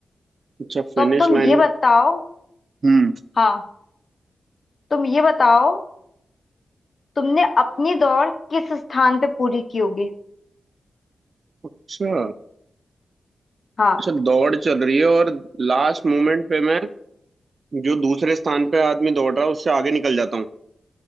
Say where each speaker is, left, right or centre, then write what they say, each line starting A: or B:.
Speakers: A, on the right; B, on the left.
A: अच्छा फिनिश
B: तो अब तुम
A: लाइन
B: ये
A: में
B: बताओ
A: हम्म
B: हाँ तुम ये बताओ तुमने अपनी दौड़ किस स्थान पे पूरी की होगी
A: अच्छा
B: हाँ
A: अच्छा दौड़ चल रही है और लास्ट मोमेंट पे मैं जो दूसरे स्थान पे आदमी दौड़ रहा है उससे आगे निकल जाता हूँ